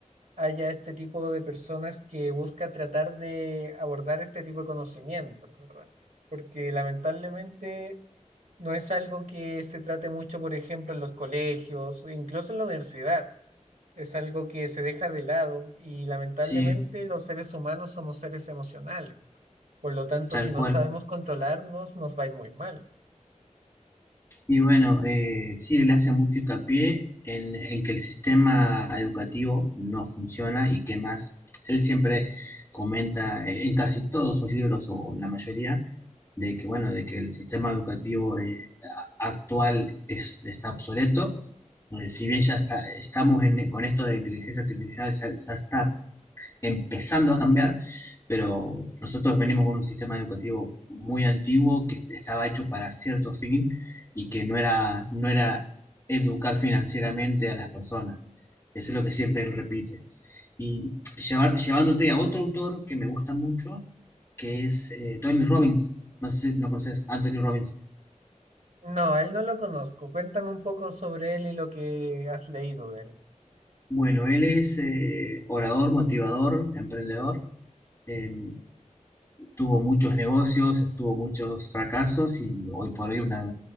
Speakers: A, on the right; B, on the left.
A: haya este tipo de personas que busca tratar de abordar este tipo de conocimiento, la verdad, porque lamentablemente no es algo que se trate mucho, por ejemplo, en los colegios, incluso en la universidad. Es algo que se deja de lado y lamentablemente
B: sí,
A: los seres humanos somos seres emocionales. Por lo tanto,
B: tal
A: si no
B: cual.
A: sabemos controlarnos, nos va a ir muy mal.
B: Y bueno, eh, sí, él hace mucho hincapié en, en que el sistema educativo no funciona y que más, él siempre comenta eh, en casi todos sus libros o en la mayoría de que, bueno, de que el sistema educativo eh, actual es, está obsoleto. Eh, si bien ya está, estamos en- con esto de inteligencia artificial, ya, ya está empezando a cambiar, pero nosotros venimos con un sistema educativo muy antiguo que estaba hecho para cierto fin y que no era, no era educar financieramente a las personas. Eso es lo que siempre él repite. Y llevar, llevándote a otro autor que me gusta mucho, que es eh, Tony Robbins. No sé si lo conoces, Anthony Robbins.
A: No, a él no lo conozco. Cuéntame un poco sobre él y lo que has leído de él.
B: Bueno, él es eh, orador, motivador, emprendedor. eh, tuvo muchos negocios, tuvo muchos fracasos y hoy por hoy una-